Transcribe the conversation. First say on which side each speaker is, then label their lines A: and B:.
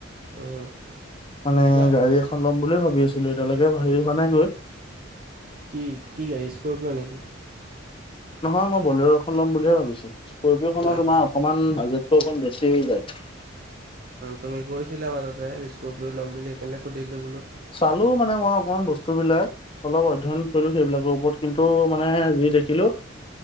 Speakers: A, on the right; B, on the left.
A: উম,
B: মানে
A: কি বা
B: গাড়ী এখন ল'ম বুলি ভাবি আছিলো এতিয়ালৈকে হেৰি হোৱা নাই গৈ।
A: কি -কি গাড়ী স্কৰপিঅ' নেকি?
B: নহয় মই বলেৰ খন লম বুলিহে ভাবিছোঁ স্কৰপিঅ খনৰ
A: আচ্ছা
B: তোমাৰ অকমান বাজেট টো অকণ বছি হৈ যায়।
A: তুমি গৈছিলা মাজতে স্কৰপিঅ ল'ম বুলি সেইকাৰণে সুধিলোঁ বোলো।
B: চালো মানে মই অকমান বস্তু বিলাক অলপ অধ্যয়ন কৰিলো সেইবিলাকৰ ওপৰত কিন্তু মানে যি দেখিলো